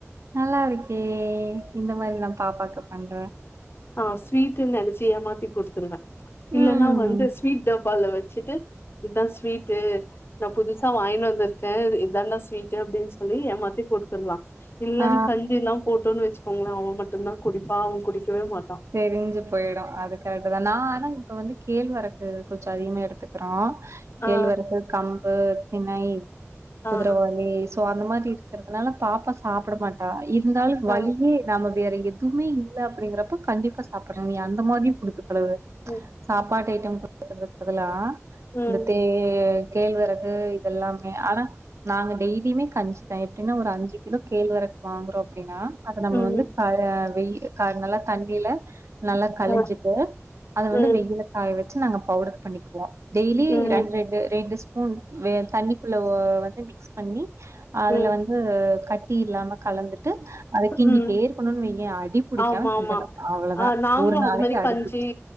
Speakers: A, on the right (about 65°); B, on the left (about 50°).
A: நல்லாருக்கே இந்த மாரி நா பாப்பாக்கு பண்ற
B: நா ஸ்வீட்டுன் நெனச்சு ஏமாத்தி குடுத்துருவ இல்லன்னா
A: ம்.
B: வந்து ஸ்வீட் டப்பால வச்சுட்டு இதா ஸ்வீட்டு நா புதுசா வாங்கினு வந்துருக்க இதான்டா ஸ்வீட் அப்டின் சொல்லி ஏமாத்தி குடுத்துட்லா இல்லன்
A: ஆ
B: கஞ்சிலா போட்டோன் வச்சுக்கோங்களே அவ மட்டுதா குடிப்பா அவ குடிக்கவே மாட்டா
A: தெரிஞ்சு போய்டு அதுக்காகதா நா ஆனா இப்ப வந்து கேழ்வரகு கொஞ்சோ அதிகமா எடுத்துக்குறோ கேழ்வரகு
B: ஆ
A: கம்பு தினை
B: ஆ
A: குதுரவாலி சோ அந்த மாதிரி இருக்கிறதுனால பாப்பா சாப்ட மாட்டா இருந்தாலு வழியே
B: ஆ
A: நாம வேற எதுமே இல்ல அப்ப கண்டிப்பா சாப்பிட்ற நீ அந்த மாரி குடுத்துப்பழவுற
B: ம்
A: சாப்பாடு ஐட்ட குடுக்குறதுக்கு பதிலா
B: ம்
A: இந்த தே கேழ்வரகு இதெல்லாமே ஆனா நாங்க டெய்லியுமே கஞ்சிதா எப்டின்னா ஒரு அஞ்சு கிலோ கேழ்வர வாங்குறோ அப்டின்னா அத நம்ம
B: ம்
A: வந்து காய வெயி காய நல்லா தண்ணில நல்லா கழிஞ்சிட்டு
B: ஆ
A: அத வந்து
B: ம்
A: வெயில்ல காய வச்சு நாங்க பவுடர் பண்ணிக்குவோ டெய்லி
B: ம்
A: ரெண்டு ரெண்டு ரெண்டு ஸ்பூன் தண்ணிக்குள்ள வந்து மிக்ஸ் பண்ணி அதுல
B: ம்
A: வந்து து கட்டி இல்லாம கலந்துட்டு அத கின்டிட்டே
B: ம்
A: இருக்கணுன் வையே அடி புடிக்காம
B: ஆமா ஆமா
A: கிண்டணு அவ்ளோதா
B: ஆ நாங்களு
A: ஒரு நாளைக்கு
B: அது மாரி
A: அடி
B: கஞ்சி
A: புடிச்ச